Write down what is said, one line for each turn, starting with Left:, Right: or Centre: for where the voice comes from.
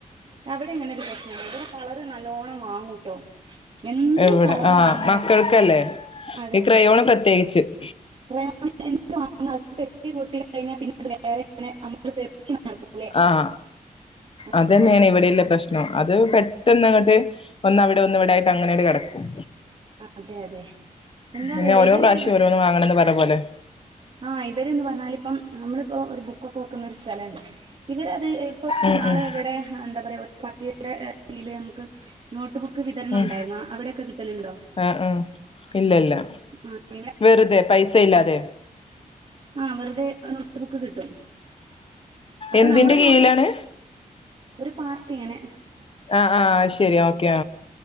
Right: ഇവിടെ കളർ നല്ലോണം വാങ്ങൂട്ടോ. എന്നും
Left: എവിടെ
Right: കളറ്
Left: ആഹ്
Right: വാങ്ങല
Left: മക്കൾക്ക് അല്ലേ
Right: അതെ
Left: ഈ ക്രയോൺ പ്രത്യേകിച്ച് <unintelligible>
Right: <unintelligible> നമ്മള് പെറുക്കി നടക്കൂലേ
Left: ആഹ് അതന്നെണ്
Right: അതുപോലെ
Left: ഇവിടെയുള്ള പ്രശ്നം അത് പെട്ടെന്നാണ് അത് ഒന്ന് അവിടെ ഒന്ന് ഇവിടെ ആയി അങ്ങനെ കിടക്കും.
Right: അതെ അതെ എന്താന്ന്
Left: പിന്നെ
Right: അറിയില്ല
Left: ഓരോ
Right: ഇവര്
Left: പ്രാവശ്യം ഓരോന്ന് വാങ്ങണംന്ന് പറഞ്ഞ പോലെ
Right: ആഹ് ഇവര്ന്നു പറഞ്ഞാല് ഇപ്പം നമ്മളിപ്പോ ഒരു ബുക്ക് ഒക്കെ വെക്കുന്ന ഒരു സ്ഥലവുണ്ട് ഇവര് അത്
Left: ഉം
Right: നാളെ
Left: ഉം
Right: ഇവിടെ എന്താ പറയാ <unintelligible> നമുക്ക് നോട്ട്ബുക്ക് വിതരണം
Left: ഉം
Right: ഉണ്ടായിരുന്നു അവിടെയൊക്കെ കിട്ടലുണ്ടോ?
Left: ആഹ് ആഹ് ഇല്ല ഇല്ല
Right: ആഹ് ആഹ് ഇവിടെ
Left: വേർ പൈസയില്ലാതെയോ?
Right: ആഹ് വെറുതെ നോട്ട്ബുക്ക് കിട്ടും. അപ്പൊ
Left: എന്തിന്റെ
Right: നമ്മള്
Left: കീഴിലാണ്
Right: നോട്ട് ബുക്ക് ഒരു പാർട്ടിയാന്നെ
Left: ആ ആ അതുശേരി ഓക്കേ